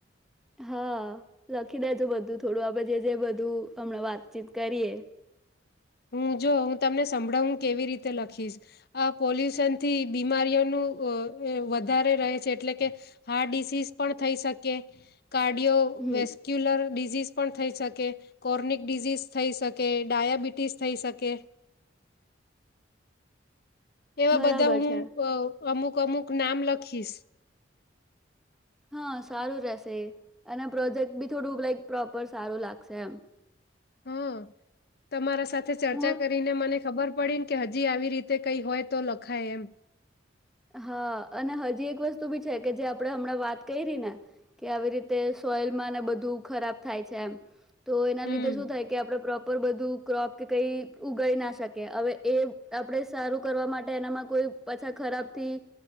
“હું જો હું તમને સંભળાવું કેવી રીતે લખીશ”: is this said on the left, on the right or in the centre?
Left